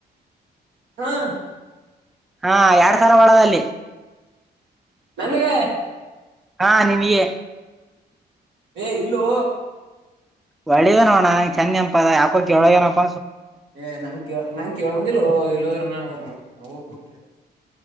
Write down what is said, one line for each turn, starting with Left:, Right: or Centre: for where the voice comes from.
Right: ಹಾ
Centre: ಹಾ ಎಡ್ ತರ ಒಳದಲ್ಲಿ
Right: ನನಗ
Centre: ಹಾ ನೀನಿಯೇ
Right: ಏ ಇಲ್ಲೂ
Centre: ಒಳ್ಳದ ನೋಡಣಗೆ ಚಂದೆಂಪ ಅ ಯಾಕೋ ಕೆಳಗೆನಪ್ಪ
Right: ಏ್ ನಂ ಕ ನಂಗೆ ಕೇಳಬಂದಿಲ್ಲ ಇಲ್ಲ್ರ ನ ನ ಕೊಡ್ತೇ